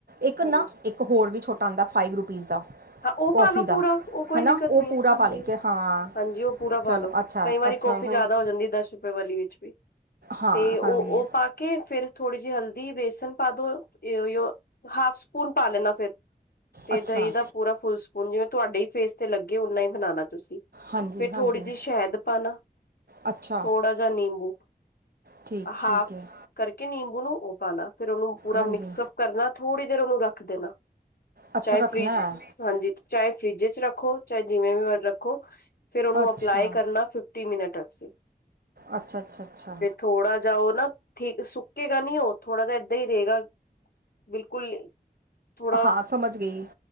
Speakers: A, on the right; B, on the left.
A: ਇੱਕ
B: ਹਾਂਜੀ
A: ਨਾ ਇੱਕ ਹੋਰ ਵੀ ਛੋਟਾ ਹੁੰਦਾ ਫਾਈਵ ਰੁਪੀਜ਼ ਦਾ।
B: ਹਾਂ, ਉਹ
A: ਕੌਫੀ
B: ਪਾਲੋ
A: ਦਾ
B: ਪੂਰਾ ਉਹ ਕੋਈ
A: ਹੈ ਨਾ
B: ਦਿੱਕਤ
A: ਉਹ
B: ਨੀ
A: ਪੂਰਾ
B: ਹੈ, ਹਾਂਜੀ-ਹਾਂਜੀ
A: ਪਾ ਲੈ ਕੇ ਹਾਂ
B: ਉਹ ਪੂਰਾ
A: ਚਲੋ
B: ਪਾਲੋ।
A: ਅੱਛਾ
B: ਕਈ ਵਾਰੀ
A: ਅੱਛਾ
B: ਕੌਫੀ
A: ਹੋਰ
B: ਜ਼ਿਆਦਾ ਹੋ ਜਾਂਦੀ ਐ ਦਸ ਰੁਪਏ ਵਾਲੀ ਵਿੱਚ ਵੀ,
A: ਹਾਂ
B: ਤੇ ਉਹ-ਉਹ
A: ਹਾਂਜੀ
B: ਪਾ ਕੇ ਫਿਰ ਥੋੜੀ ਜਿਹੀ ਹਲਦੀ ਬੇਸਨ ਪਾਦੋ ਤੋਂ ਯੋ ਹਾਫ ਸਪੂਨ ਪਾ ਲੈਣਾ। ਫਿਰ ਤੇ
A: ਅੱਛਾ
B: ਦਹੀਂ ਦਾ ਪੂਰਾ ਫੁਲ ਸਪੂਨ ਜਿਵੇਂ ਤੁਹਾਡੇ ਈ ਫੇਸ ਤੇ ਲੱਗੇ ਓਨਾ ਈ ਬਣਾਣਾ ਤੁਸੀਂ
A: ਹਾਂਜੀ
B: ਫਿਰ
A: ਹਾਂਜੀ
B: ਥੋੜੀ ਜਿਹੀ ਸ਼ਹਿਦ ਪਾਲਾ
A: ਅੱਛਾ
B: ਥੋੜਾ ਜ ਜਾਂ ਨਿੰਬੂ,
A: ਠੀਕ ਠੀਕ
B: ਹਾਫ
A: ਹੈ
B: ਕਰਕੇ ਨਿੰਬੂ ਨੂੰ ਉਹ ਪਾਣਾ ਫਿਰ ਉਹਨੂੰ ਪੂਰਾ
A: ਹਾਂਜੀ
B: ਮਿਕਸਅਪ ਕਰਨਾ ਥੋੜ੍ਹੀ ਦੇਰ ਉਹਨੂੰ ਰੱਖ ਦੇਣਾ,
A: ਅੱਛਾ
B: ਚਾਹੇ
A: ਰੱਖਣਾ
B: ਫ੍ਰਿਜ
A: ਹੈ
B: ਹਾਂਜੀ, ਚਾਹੇ ਫਰਿਜ ਚ ਰੱਖੋ ਚਾਹੇ ਜਿਵੇਂ ਰੱਖੋ, ਫਿਰ ਉਹਨੂੰ
A: ਅੱਛਾ
B: ਅਪਲਾਈ ਕਰਨਾ ਫ ਟੀ ਮਿੰਟ ਆਸਤੇ ਸੀ।
A: ਅੱਛਾ-ਅੱਛਾ-ਅੱਛਾ।
B: ਥੋੜਾ ਜਾ ਉਹ ਨਾ ਠੀਕ ਸੁੱਕੇਗਾ ਨੀ ਉਹ ਥੋੜਾ ਜਿਹਾ ਐਦਾ ਰਏਗਾ। ਬਿਲਕੁਲ। ਥੋੜਾ
A: ਹਾਂ ਸਮਝ ਗਈ।